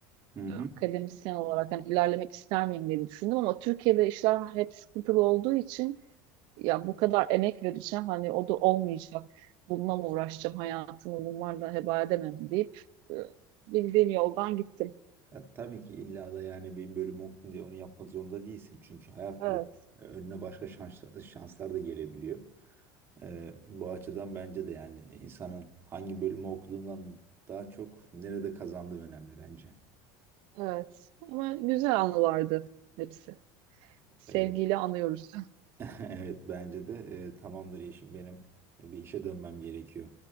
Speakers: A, on the right; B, on the right.
A: Hı hı.
B: Akademisyen olarak hani ilerlemek ister miyim diye düşündüm ama Türkiye'de işler hep sıkıntılı olduğu için ya bu kadar emek vereceğim hani o da olmayacak. Bununla mı uğraşacağım hayatımı bunlarla heba edemem deyip e, bildiğim yoldan gittim.
A: Ya, tabii ki illa da yani bir bölüm okudun diye onu yapmak zorunda değilsin. Çünkü hayat
B: Evet,
A: bu. Ee, Önüne başka şans, şanslar da gelebiliyor. Ee, bu açıdan bence de yani insanın hangi bölümü okuduğundan daha çok nerede kazandığı önemli bence.
B: evet. Ama güzel anılardı hepsi. Sevgiyle
A: Ee,
B: anıyoruz.
A: <laughs> evet bence de Ee, tamamdır Yeşim benim bir işe dönmem gerekiyor.